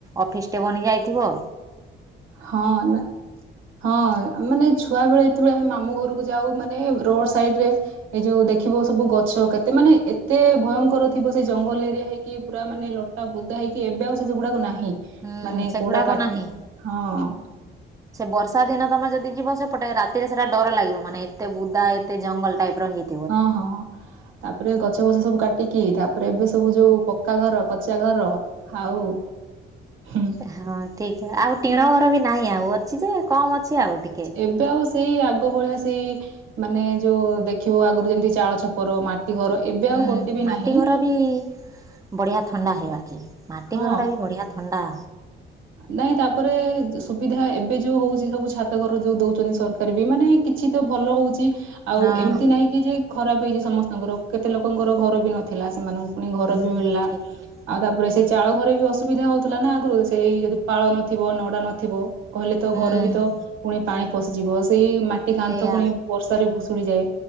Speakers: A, on the right; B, on the right.
A: ଅଫିସ୍ ଟେ ବନିଯାଇଥିବ।
B: ହଁ ନା। ହଁ ମାନେ ଛୁଆ ବେଳେ ଯେତେବେଳେ ଆମେ ମାମୁ ଘରକୁ ଯାଉ, ମାନେ ରୋଡ ସାଇଡରେ ଏଇ ଯୋଉ ଦେଖିବ ସବୁ ଗଛ କେତେ ମାନେ ଏତେ ଭୟଙ୍କର ଥିବ। ସେ ଜଙ୍ଗଲ ଏରିଆ ହେଇକି ପୁରା ମାନେ ଲ ତା ବୁଦାହେଇକି ଏବେ ଆଉ ସେ ସେଗୁଡାକୁ ନାହିଁ।
A: ହୁଁ
B: ମାନେ
A: ସେଗୁଡାକ
B: କୋଉଟା କାଟି
A: ନାହିଁ।
B: ହଁ।
A: ସେ ବର୍ଷା ଦିନ ତମେ ଯଦି ଯିବ, ସେପଟେ ରାତିରେ ସେଟା ଡର ଲାଗିବ ମାନେ ଏତେ ବୁଦା ଏତେ ଜଙ୍ଗଲ ଟାଇପର ହେଇଚି।
B: ହଁ ହଁ। ତାପରେ ଗଛ ବଛ ସବୁ କାଟିକି ତାପରେ ଏବେ ସବୁ ଯୋଉ ପକ୍କା ଘର କଚା ଘର। ଆଉ ହୁଁ
A: ହଁ ଠିକ ଆଉ ଟିଣ ଘର ବି ନାହିଁ ଆଉ। ଅଛି ଯେ କମ୍ ଅଛି ଆଉ ଟିକେ।
B: ଏବେ ଆଉ ସେଇ ଆଗ ଭଳିଆ ସେଇ ମାନେ ଯୋଉ ଦେଖିବ ଆଗରୁ ଯେମିତି ଚାଳ ଛପର ମାଟି ଘର। ଏବେ ଆଉ
A: ହୁଁ
B: ଗୋଟେ ବି
A: ମାଟି
B: ନାହିଁ
A: ଘର ବି ବଢ଼ିଆ ଥଣ୍ଡା ହେବା ମାଟି
B: ହଁ
A: ଘରଟା ବି ବଢ଼ିଆ ଥଣ୍ଡା।
B: ନାଇଁ ତାପରେ ସୁବିଧା ଏବେ ଯୋଉ ହଉଛି ସବୁ ଛାତ ଘର ଦଉଛନ୍ତି ସରକାର ବି ମାନେ କିଛି ତ ଭଲ ହଉଚି। ଆଉ
A: ହଁ
B: ଏମିତି ନାହିଁ କି ଯେ ଖରାପ ହେଇଛି ସମସ୍ତଙ୍କର କେତେ ଲୋକଙ୍କର ଘର ବି ନଥିଲା ସେମାନଙ୍କ ପୁଣି
A: ହୁଁ
B: ଘର ବି ମିଳିଲା
A: ଠିକ ଠିକ
B: ଆଉ ତାପରେ ସେଇ ଚାଳ ଘରେ ବି ଅସୁବିଧା ହଉଥିଲା ନା ଆଗରୁ ସେଇ ପାଳ ନଥିବ ନଡା ନଥିବ କହିଲେ ତ
A: ହୁଁ।
B: ଘରେ ବି ତ ପୁଣି ପାଣି ପଶିଯିବ ସେଇ ମାଟି କାନ୍ଥ
A: ସେଇଆ
B: ପୁଣି ବର୍ଷାରେ ଭୁଷୁଡିଯାଏ।